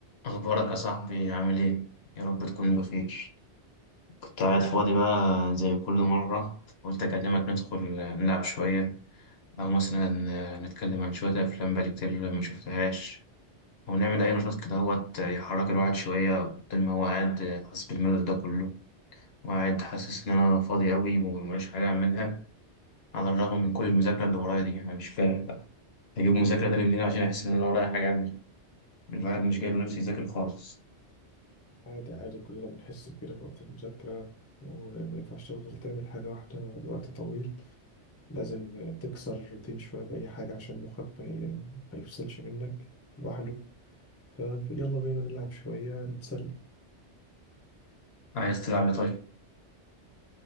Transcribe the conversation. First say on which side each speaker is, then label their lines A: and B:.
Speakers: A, on the left; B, on the left.
A: أخبارك يا صاحبي عامل إيه؟ يا رب تكون بخير كنت قاعد فاضي بقى زي كل مرة قلت أكلمك ندخل نلعب شوية أو مثلا نتكلم عن شوية أفلام بقالي كتير ما شفتهاش أو نعمل أي نشاط كده هوت يحرك الواحد شوية بدل ما هو قاعد حاسس بالملل ده كله وقاعد حاسس إن أنا فاضي أوي ومليش حاجة أعملها على الرغم من كل المذاكرة اللي ورايا دي أنا مش فاهم بقى أجيب مذاكرة تاني منين عشان أحس إن أنا ورايا حاجة أعمل الواحد مش جاي له نفسي يذاكر خالص
B: عادي عادي كلنا بنحس بكده في وقت المذاكرة وما ينفعش تفضل تعمل حاجة واحدة لوقت طويل لازم تكسر الروتين شوية بأي حاجة عشان مخك ما ي- ما يفصلش منك لوحده فيلا بينا نلعب شوية نتسلى
A: عايز تلعب إيه طيب؟